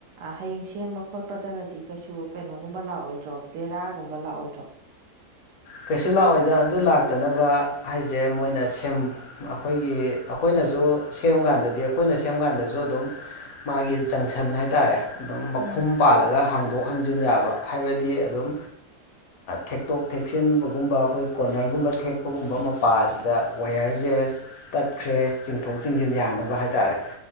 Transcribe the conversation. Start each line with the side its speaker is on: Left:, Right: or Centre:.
Right: ꯍꯌꯦꯡ ꯁꯦꯝꯕ ꯈꯣꯠꯄꯗꯒꯗꯤ ꯀꯩꯁꯨ ꯀꯩꯅꯣꯒꯨꯝꯕ ꯂꯥꯛꯑꯣꯏꯗ꯭ꯔꯣ ꯕꯦꯔꯥꯒꯨꯝꯕ ꯂꯥꯛꯑꯣꯏꯗ꯭ꯔꯣ
Left: ꯀꯩꯁꯨ ꯂꯥꯛꯑꯣꯏꯗ ꯑꯗꯨ ꯂꯥꯛꯇꯅꯕ ꯍꯥꯏꯁꯦ ꯃꯣꯏꯅ ꯁꯦꯝ ꯑꯩꯈꯣꯏꯒꯤ ꯑꯩꯈꯣꯏꯅꯁꯨ ꯁꯦꯝ ꯀꯥꯟꯗꯗꯤ ꯑꯩꯈꯣꯏꯅ ꯁꯦꯝꯕ ꯀꯥꯟꯗꯁꯨ ꯑꯗꯨꯝ ꯃꯥꯒꯤ ꯖꯪꯁꯟ ꯍꯥꯏꯇꯥꯔꯦ ꯑꯗꯨꯝ ꯃꯈꯨꯝ
Right: ꯎꯝ
Left: ꯄꯥꯜꯂꯒ ꯍꯥꯡꯗꯣꯛ ꯍꯥꯡꯖꯤꯟ ꯌꯥꯕ ꯍꯥꯏꯕꯗꯤ ꯑꯗꯨꯝ ꯊꯦꯛꯇꯣꯛ ꯊꯦ ꯊꯛꯆꯤꯟꯕꯒꯨꯝꯕ ꯑꯩꯈꯣꯏ ꯀꯣꯅꯔꯒꯨꯝꯕ ꯊꯦꯛꯄꯒꯨꯝꯕ ꯃꯄꯥ ꯑꯁꯤꯗ ꯋꯥꯋꯌꯔ ꯖꯦꯁ ꯇꯠꯈ꯭ꯔꯦ ꯆꯤꯡꯊꯣꯛ ꯆꯤꯡꯁꯤꯟ ꯌꯥꯅꯕ ꯍꯥꯏꯇꯥꯔꯦ